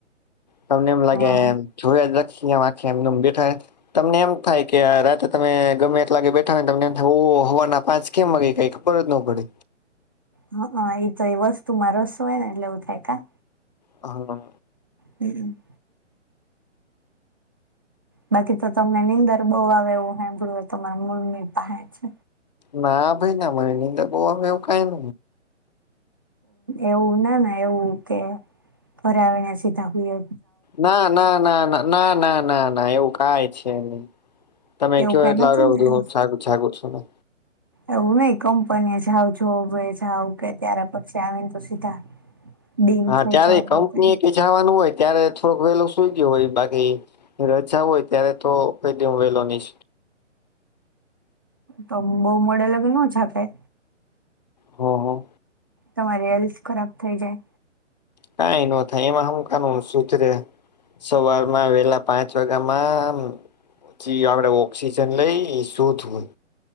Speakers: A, on the left; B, on the right.
A: તમને એમ લાગે
B: હા
A: એમ જોખીખે એમ બેઠાય તમને એમ થાય કે રાતે તમે ગમે એટલાગે બેઠા હોયને તમને એમ થાય હોવાના પાંચ કેગે કઈ પરત ન પડે
B: હ હા એ તો એ વસ્તુ મારો શું હોય ને એટલે એવું થાય કા
A: હા
B: હમ બાકી તો તમને નીંદર બઉ આવે એવું સાંભળું એ તમારા મૂળ ની પહે છે
A: ના ભાઈ ના મને નિંદા ગોવામાં એવું કઈ ન
B: એવું ના ના એવું કે ફરવેને સીધાય
A: ના ના ના ના ના ના ના ના એવું કઈ છે નહી તમે
B: એવું
A: કયો
B: કઈ
A: એટલાગળ
B: નથી
A: બધી
B: ને
A: હું છું ને
B: એવું નઈ કંપની જાાવ જોબ જાાવ કે ત્યારે પછી આવીને ત સીધા ડીમ
A: હા
B: થઈ
A: ત્યારે
B: જાવ
A: કંપની
B: એવું કઈ
A: એ ક જવાનું હોય ત્યારે થોડુંક વેલું સુઈ ગયું હોય બાકી રજા હોય ત્યારે તો કઈ દે વેલો નઈ
B: તો બહુ મોડે લગી ન જાગાય
A: હા હા
B: તમારી હેલ્થ ખરાબ થઈ જાય
A: કંઈ ન થાય એમાં હું કનું સુધરેે સવારમાં વેલા પાંચ વાગ્યામાંમ આપડે ઓક્સિજન લઈ શોધ હોય